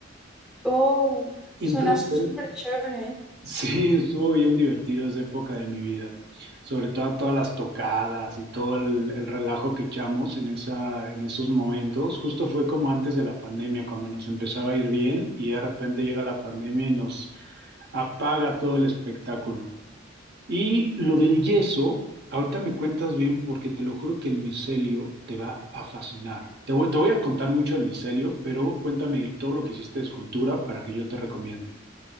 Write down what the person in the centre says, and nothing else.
Oh,
suena súper chévere.